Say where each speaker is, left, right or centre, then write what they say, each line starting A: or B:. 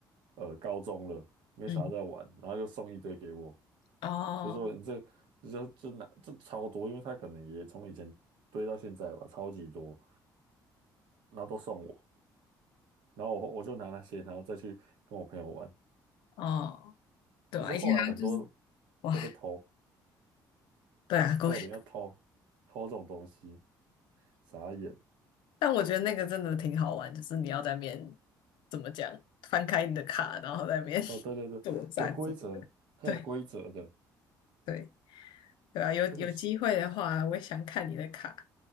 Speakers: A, on the right; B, on the left.
A: 呃高中了，没啥在玩，
B: 嗯，
A: 然后就送一堆给我，
B: 哦
A: 就说你这这就就拿这超多，因为他可能也从以前堆到现在吧，超级多，然后都送我，然后我我就拿那些，然后再去跟我朋友玩，
B: 哦。对啊，
A: 只是后来很多
B: <laughs> 以前还就是哇，
A: 都被偷，
B: 对啊，过。
A: 还有人要偷偷这种东西，
B: 血。
A: 傻眼。
B: 但我觉得那个真的挺好玩，就是你要在面，怎么讲，翻开你的卡，然后在面 <laughs> 边
A: 哦，对对对，
B: 作战着。
A: 有规则，它有规则的，
B: 对对对啊，有有机会的话，
A: 而且是
B: 我也想看你的卡。